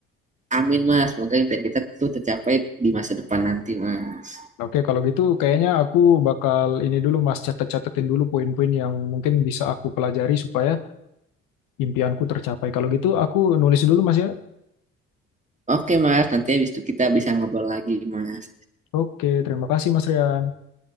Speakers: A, on the right (about 20°); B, on the left (about 70°).
A: Amin mas, semoga impian kita tuh tercapai di masa depan nanti mas.
B: Oke, kalau gitu kayaknya aku bakal ini dulu Mas catet-catetin dulu poin-poin yang mungkin bisa aku pelajari supaya impianku tercapai. Kalau gitu aku nulis dulu Mas ya.
A: Oke mas, nanti habis itu kita bisa ngobrol lagi mas.
B: Oke, terima kasih Mas Rian.